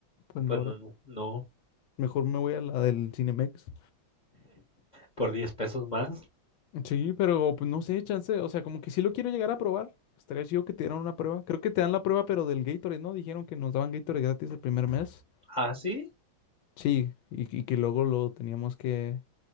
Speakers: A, on the left; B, on the left.
A: pues
B: pues
A: no,
B: no,
A: ¿verdad?
B: no, no,
A: Mejor me voy a la del Cinemex.
B: por diez pesos más.
A: Sí, pero pues no sé, chance. O sea, como que sí lo quiero llegar a probar. Estaría chido que te dieran una prueba. Creo que te dan la prueba, pero del Gatorade, ¿no? Dijeron que nos daban Gatorade gratis el primer mes.
B: Ah, sí.
A: Sí, y, y que luego lo teníamos que,